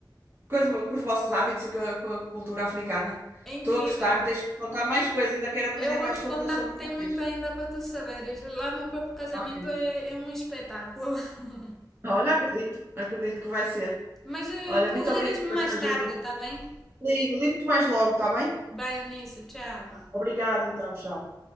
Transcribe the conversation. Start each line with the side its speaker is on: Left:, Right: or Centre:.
Right: com, os, com os vossos hábitos e com a, com a cultura africana.
Centre: É
Right: Estou
Centre: incrível.
Right: a gostar, tens que me contar mais coisas, ainda quero aprender
Centre: Eu vou
Right: mais
Centre: te
Right: sobre,
Centre: contar
Right: sobre
Centre: porque
Right: vocês.
Centre: tem muito ainda para tu saberes. Lá no próprio casamento
Right: Ok.
Centre: é, é um espetáculo. <laughs>
Right: Olha, acredito, acredito que vai ser.
Centre: Mas eh,
Right: Olha,
Centre: tu
Right: muito
Centre: ligas-me
Right: obrigada por
Centre: mais
Right: esta ajuda.
Centre: tarde, tá bem?
Right: Ligo, ligo-te mais logo, está bem?
Centre: Bye, Eunice. Tchau.
Right: Obrigada, então, tchau.